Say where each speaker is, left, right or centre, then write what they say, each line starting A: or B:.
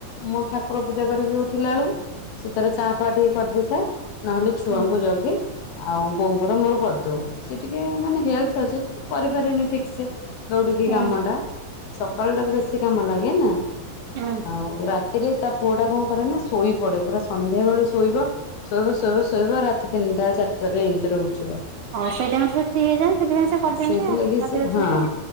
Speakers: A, on the left; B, on the right.
A: ମୋ ଠାକୁର ପୂଜା କରିକି ଉଠିଲା ବେଳକୁ ସେ ତାର ଚା ଫା ଟିକେ କରିଦେଇଥାଏ ନହେଲେ ଛୁଆଙ୍କୁ
B: ହୁଁ
A: ଜଗେ ଆଉ ବଉଙ୍କର ମୋର କରିଦଉ, ସିଏ ଟିକେ ମାନେ ହେଲ୍ଥ ଅଛି ତ କରିପାରେନି ଠିକ୍ ସେ। ଦୌଡିକି
B: ହୁଁ
A: କାମ ଟା ସକାଳୁ ଟାରୁ ବେଶୀ କାମ ଲାଗେ ନା।
B: ହୁଁ
A: ଆଉ ରାତିରେ ତା ପୁଅଟା କଣ କରେ ନା ଶୋଇ ପଡେ, ପୁରା ସନ୍ଧ୍ୟା ବେଳଳେ ଶୋଇବ ଶୋଇବ ଶୋଇବ ଶୋଇବ ରାତି ତିନିଟା ଚାରିଟାରେ ଏମିତିରେ ଉଠିବ।
B: ହଁ ସେଇଥିଇରେ ସେ ଫ୍ରି ହେଇଯାନ୍ତି ସେଥିପାଇଁ ସେ କରିଦିଅନ୍ତି
A: ସେଇଥିଲାଗି
B: ଆଉ ରାତି
A: ସେ ହଁ।
B: ସହିତ